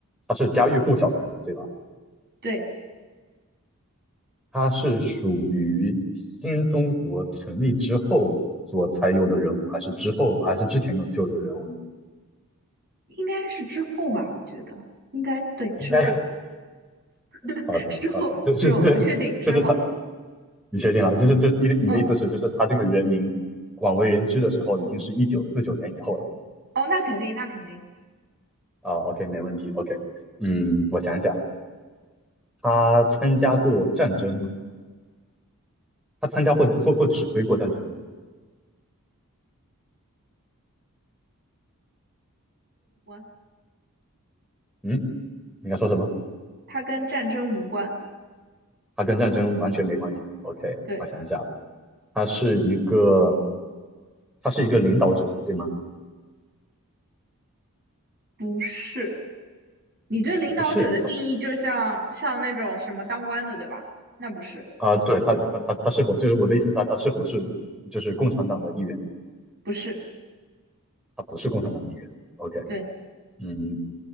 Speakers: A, in the centre; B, on the right.
A: 他是家喻户晓的人，对吧？
B: 对，
A: 他是属于新中国成立之后所才有的人物，还是之后，还是之前有就有的人物呢？
B: 应该是之后吧，我觉得应该对之后
A: 应该
B: <laughs>
A: 好的，
B: 之后之后，
A: 好的，就是这，
B: 我确定之后。
A: 就是他，你确定了？就是就你的你的意思是，
B: 嗯，
A: 就是他这个人名广为人知的时候，已经是一九四九年以后了
B: 哦，那肯定，那肯定
A: 啊？OK，没问题。OK，嗯，我想想，他参加过战争吗？他参加或或或指挥过战争吗？
B: 无关，
A: 嗯，你要说什么？
B: 它跟战争无关。
A: 他跟战争完全没关系。OK，
B: 对。
A: 我想想，他是一个。他是一个领导者，对吗？
B: 不是，你对领导者的定义就像像那种什么当官的，
A: 不是，他
B: 对吧？那不是，
A: 啊，对他他他他是否就是我的意思是他他是否是就是共产党的一员？
B: 不是，
A: 他不是共产党的一员。OK，
B: 对
A: 嗯，